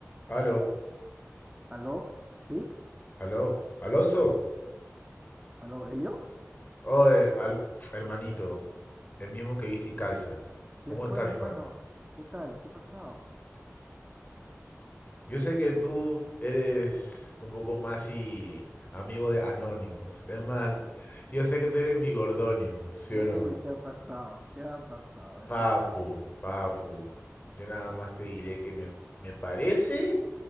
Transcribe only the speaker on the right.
¿Aló? ¿Sí?
¿Aló, Elio?
¿Qué,
qué fue,
hermano?
¿Qué tal? ¿Qué ha pasado?
Uy,
¿qué ha pasado? ¿Qué ha pasado? A ver,
cuéntame.